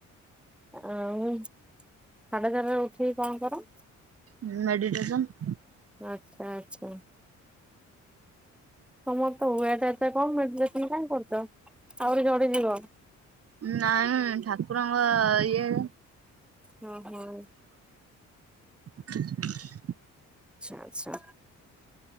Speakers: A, in the centre; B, on the right.
A: ଆଉ ସାଢେ ଚାରଟା ରେ ଉଠିକି କଣ କର?
B: ଉଁ ମେଡିଟେସନ୍।
A: ଆଚ୍ଛା ଆଛା। ତମର ତ ୱେଟ୍ ଏତେ କମ୍ ମେଡିଟେସନ କାଇଁ କରୁଛ ଆହୁରି ଝଡିଯିବ।
B: ନାଇଁ ଠାକୁରଙ୍କ ଇଏ
A: ହଁ ହଁ।
B: <inaudible>
A: ଆଛା